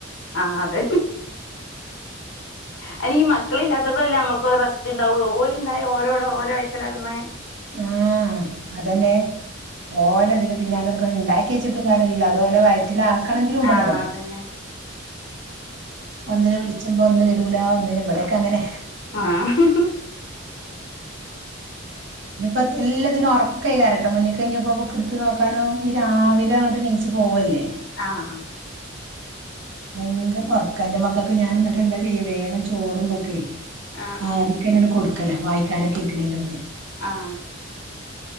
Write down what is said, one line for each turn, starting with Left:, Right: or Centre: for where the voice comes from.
Left: ആഹ് അതെ അയ്ന് ഈ മക്കള് ഇല്ലാത്തപ്പളല്ലേ നമ്മ ക്കൊര് റസ്റ്റ്ണ്ടാവുള്ളൂ ഓല്ണ്ടായാ ഓരോട ഓര വൈത്തല ട്ന്ന്
Right: ആ അതന്നെ ഓലെ ഇതില് പിന്നാലെ നടക്കണ് ഇണ്ടാക്കി വെച്ചിട്ടും കാര്യല്ല അതോലെ വയറ്റിലാക്ക ണങ്കിലും ഇണ്ടല്ലോ
Left: ആഹ്
Right: പണി
Left: അതന്നെ
Right: ഒന്നിനെ വിളിച്ചുമ്പോ ഒന്ന് വരൂല ഒന്നിന് ഇവിടൊക്കെ അങ്ങനെ
Left: ആഹ്
Right: ഇനിയിപ്പോ എല്ലത്തിനും ഓർക്കേക്കാരട്ടോ മുന്ന്ക്ക് ഇഞ്ഞ്പ്പം ബുക്ക് ഇട്ത്ത് നോക്കാനോ ഈ രാവിലെ ആണ് നീച്ച് പോവല്ലേ
Left: ആഹ് ആ
Right: ഭയങ്കര ഓർക്കാ ഇൻ്റെ മക്കക്ക് ഞാൻ എന്നിട്ട് എന്താ ചെയ്യ വേഗം ചോറും തൊക്കെ
Left: ആഹ്
Right: ആദിക്കന്നാട് കൊട് ലാ വായിക്കാനൊക്കെ ഇരിക്കണേൻ്റെ മുന്നേ
Left: ആഹ്